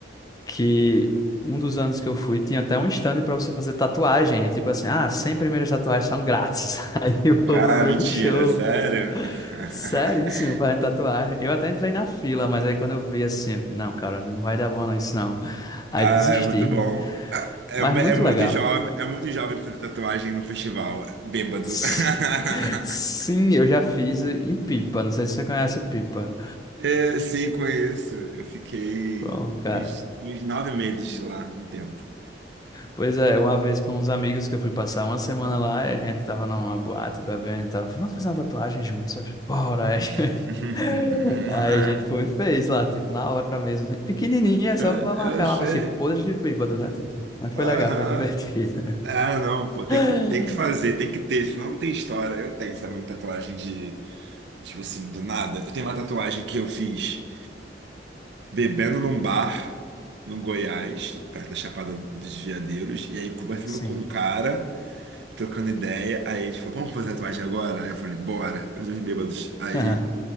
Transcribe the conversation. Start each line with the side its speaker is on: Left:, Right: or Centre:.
Left: que um dos anos que eu fui tinha até um stand para você fazer tatuagem. É tipo assim, ah, 100 primeiras tatuagens são grátis. <laughs> Aí o povo
Right: Cara,
Left: no meio
Right: mentira,
Left: do show,
Right: sério?
Left: seríssimo,
Right: <laughs>
Left: fazendo tatuagem. Eu até entrei na fila, mas aí quando eu vi assim, eu falei, não, cara, não vai dar bom não, isso não. Aí
Right: Ah,
Left: desisti.
Right: é muito bom. Ah, É,
Left: Mas muito
Right: é muito
Left: legal.
Right: jovem, é muito jovem fazer tatuagem num festival, bêbado.
Left: Sim,
Right: <laughs>
Left: <laughs> Sim, eu já fiz em Pipa. Não sei se você conhece Pipa.
Right: É, sim, conheço. Eu fiquei
Left: Bom, cara.
Right: uns, uns nove meses lá, um tempo.
Left: Pois é, uma vez com uns amigos que eu fui passar uma semana lá, e a gente tava numa boate bebendo e tava, vamos fazer uma tatuagem juntos. Eu falei, bora. Aí <laughs>
Right: <laughs>
Left: aí a gente foi e fez lá, tipo, na hora mesmo. assim, Pequenininha,
Right: Eu,
Left: só pra marcar
Right: eu sei.
Left: lá, mas tipo, podre de bêbado, né? Tipo, mas foi
Right: Aham.
Left: legal, foi divertido.
Right: Ah, não, pô, tem
Left: <laughs>
Right: que, tem que fazer, tem que ter, senão não tem história. Eu tenho, sabe, uma tatuagem de, tipo assim, do nada. Eu tenho uma tatuagem que eu fiz. bebendo num bar no Goiás, perto da Chapada dos Veadeiros, e aí conversando
Left: Sim.
Right: com um cara, trocando ideia, aí ele falou, vamos fazer tatuagem agora? Aí eu falei, bora, os dois bêbados. Aí
Left: <laughs>